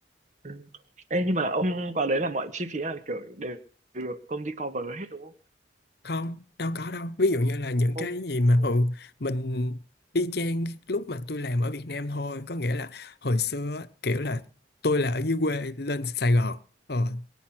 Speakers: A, on the right; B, on the left.
A: ừ. Ê, nhưng mà ông vào đấy là mọi chi phí là kiểu đều được công ty cover hết đúng không
B: không đâu có đâu ví dụ như là những
A: Không-
B: cái gì mà
A: không
B: ừ
A: ạ.
B: mình y chang lúc mà tôi làm ở Việt Nam thôi có nghĩa là hồi xưa á, kiểu là tôi là ở dưới quê lên Sài Gòn ờ